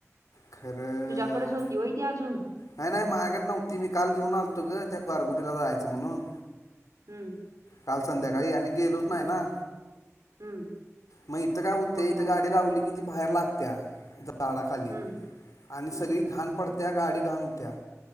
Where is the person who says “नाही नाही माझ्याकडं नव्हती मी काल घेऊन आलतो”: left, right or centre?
Left